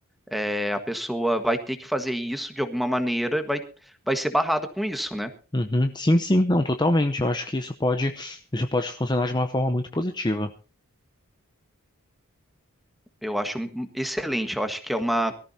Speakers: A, in the centre; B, on the left.
A: É, a pessoa vai ter que fazer isso de alguma maneira, vai, vai ser barrada com isso, né?
B: Uhum. Sim, sim, não, totalmente. Eu acho que isso pode, isso pode funcionar de uma forma muito positiva.
A: Eu acho um- um excelente. Eu acho que é uma,